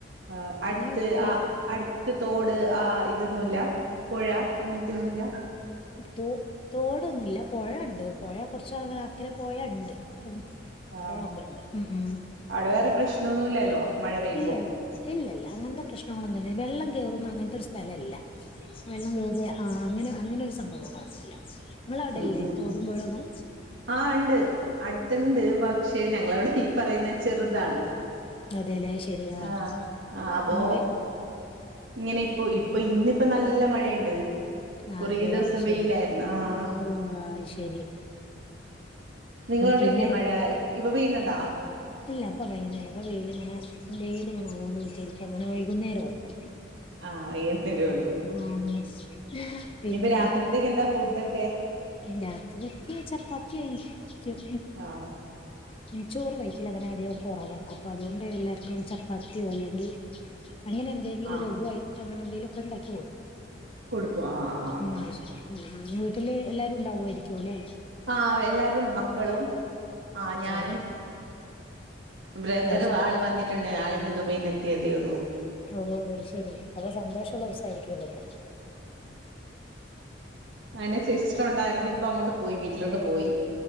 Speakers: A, on the right (about 75°); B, on the left (about 30°).
A: ആഹ്
B: പിന്നെ
A: അടുത്ത്
B: വെ
A: ആ അടുത്ത് തോട് ആഹ് ഇതൊന്നൂല്ല പുഴ അങ്ങനത്തൊന്നൂല്ല
B: തോ തോടൊന്നൂല്ല പൊഴേണ്ട് പൊഴ കൊറച്ചക്കരെപോയ പൊഴെണ്ട്
A: ആഹ്
B: പഴോക്കെണ്ട് ഉം ഉം
A: അവിടെ വേറെ പ്രശ്നൊന്നുല്ലല്ലോ മഴ പെയ്യുമ്പോ
B: ഇല്ലല്ല ഇല്ലില്ല അങ്ങനത്തെ പ്രശ്നങ്ങളൊന്നുല്ല വെള്ളം കേറുന്ന അങ്ങനത്തെ ഒരു സ്ഥലല്ല വെള്ളം കേറ ആഹ് അങ്ങനെ അങ്ങനെ ഒരു സംഭവന്നില്ല നിങ്ങളവിടില്ലേ
A: ഉം ഉം
B: തോടുമ്പുഴോന്നും.
A: ആഹ് ഇണ്ട് അടുത്തിണ്ട് പക്ഷെ ഞങ്ങളവിടെ ഈ പറയുന്ന ചെറ്താണ്
B: അതെല്ലേ ശരി ആ
A: ആഹ് അപ്പൊ
B: അങ്ങോട്ട്
A: ഇങ്ങനെ ഇപ്പൊ ഇപ്പൊ ഇന്നിപ്പോ നല്ല മഴിണ്ട്
B: ആ
A: കുറേ
B: അതെ
A: ദിവസം
B: അയ്ശരി
A: വെയിലാര്ന്നു ആഹ്
B: ആ അയ്ശരി
A: നിങ്ങളവിടെ
B: പിന്നെ
A: ഇല്ലേ മഴ ഇ ഇപ്പപെയ്യുന്നുണ്ടാ.
B: ഇല്ല ഇപ്പപെയ്യിന്നില്ല. ഇപ്പ വെയിലിങ്ങനെ വെയിലിങ്ങനെ ആയോണ്ടിക്കും. അങ്ങനെ വൈകുന്നേരല്ലോ.
A: ആഹ് അയ്യൻതൊരു
B: ആഹ് പിന്നെ
A: ഇനിയിപ്പ രാത്രിത്തേക്ക് എന്താ ഫുഡൊക്കെ
B: രാത്രിക്കെ ചപ്പാത്തിയാരിക്കും.
A: ആഹ്
B: ഉം ചോറ് കയിച്ചില്ല. അങ്ങനധികം. കൊറവ അപ്പതുകൊണ്ട് എല്ലാർക്കും ചപ്പാത്തിയോ. അല്ലെങ്കി അങ്ങനെന്തെങ്കിലും.
A: ആഹ്
B: ലഘുവായി അങ്ങനെന്തേലൊക്കെ ഒണ്ടാക്കി
A: കൊടുക്കും ആഹ് ആഹ്
B: ഉം
A: ആഹ്
B: അയ്ശരി വീട്ടില് എല്ലാരും ഉണ്ടാവാരിക്കും. അല്ലെ
A: ആഹ് എല്ലാരുണ്ട് മ- മക്കളും ആഹ് ഞാനും
B: ഉം
A: ബ്രദറും
B: അത് ശരി
A: ആള് വന്നിട്ടുണ്ട് ആള്- ദുബൈയിന് എത്തിയതേള്ളൂ.
B: ഓ ശെരി അപ്പ സന്തോഷുള്ള ദിവസായിരിക്കുല്ലേന്ന്
A: ആന്നെ സിസ്റ്റർ ഒണ്ടായിരുന്നു. ഇപ്പങ്ങോട്ട് പോയി. വീട്ടിലോട്ട് പോയി.